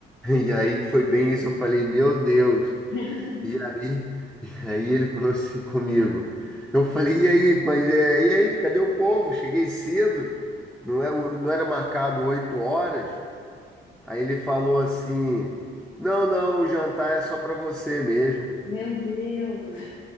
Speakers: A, in the centre; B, on the left.
A: E aí foi bem isso, eu falei, meu Deus.
B: <laughs>
A: E aí, e aí ele falou assim comigo. Eu falei, e aí, mas é, e aí, cadê o povo? Cheguei cedo, não é, o- não era marcado oito horas. Aí ele falou assim, não, não, o jantar é só para você mesmo.
B: Meu Deus,